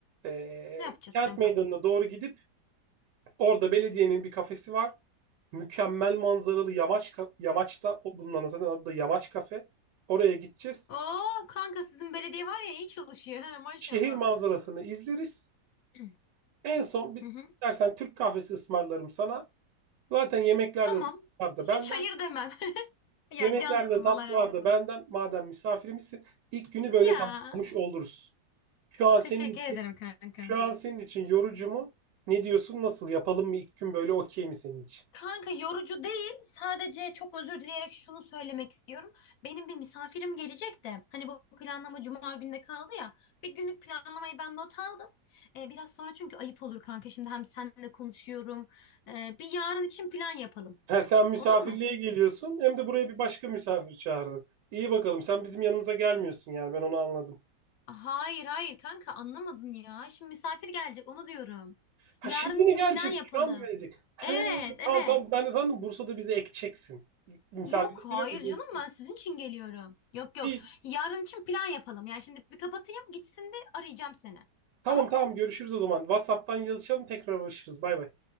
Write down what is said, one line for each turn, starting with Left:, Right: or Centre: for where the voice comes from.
Right: Ee,
Left: Ne yapacağız
Right: Kent
Left: kanka?
Right: Meydanı'na doğru gidip orada belediyenin bir kafesi var. Mükemmel manzaralı yamaç ka- yamaçta o- bulunan zaten adı da Yamaç Kafe. Oraya gideceğiz.
Left: Oo kanka sizin belediye var ya iyi çalışıyor. He maşallah.
Right: Şehir manzarasını izleriz.
Left: <clears throat>
Right: En son bir
Left: Hı hı.
Right: dersen Türk kahvesi ısmarlarım sana. Zaten yemekler
Left: Tamam.
Right: de tatlılar da
Left: Hiç
Right: benden.
Left: hayır demem. <laughs> Ya
Right: Yemekler
Left: cansın
Right: de tatlılar
Left: Allah razı
Right: da
Left: olsun.
Right: benden. Madem misafirimizsin, ilk günü böyle
Left: Ya
Right: tamamlamış oluruz. Şu an senin
Left: teşekkür
Right: için
Left: ederim kankam.
Right: Şu an senin için yorucu mu? Ne diyorsun? Nasıl yapalım mı? İlk gün böyle okey mi senin için?
Left: Kanka yorucu değil. Sadece çok özür dileyerek şunu söylemek istiyorum. Benim bir misafirim gelecek de. Hani bu planlama cuma günde kaldı ya. Bir günlük planlamayı ben not aldım. Ee, biraz sonra çünkü ayıp olur kanka. Şimdi hem seninle konuşuyorum. Ee, bir yarın için plan yapalım.
Right: Ha, sen misafirliğe
Left: Olur mu?
Right: geliyorsun hem de buraya bir başka misafir çağırdın. İyi bakalım sen bizim yanımıza gelmiyorsun yani ben onu anladım.
Left: Hayır hayır kanka anlamadın ya. Şimdi misafir gelecek onu diyorum.
Right: Ha
Left: Yarın
Right: şimdi
Left: için
Right: mi gelecek?
Left: plan yapalım.
Right: Şu an mı gelecek? He,
Left: Evet evet.
Right: tamam tamam ben de sandım Bursa'da bizi ekeceksin. Misafirlikleri
Left: Yok hayır
Right: bizi
Left: canım
Right: ekeceksin.
Left: ben sizin için geliyorum. Yok yok.
Right: İyi.
Left: Yarın için plan yapalım. Yani şimdi bir kapatayım gitsin bir arayacağım seni.
Right: Tamam
Left: Tamam?
Right: tamam görüşürüz o zaman. WhatsApp'tan yazışalım tekrar uğraşırız. Bay bay.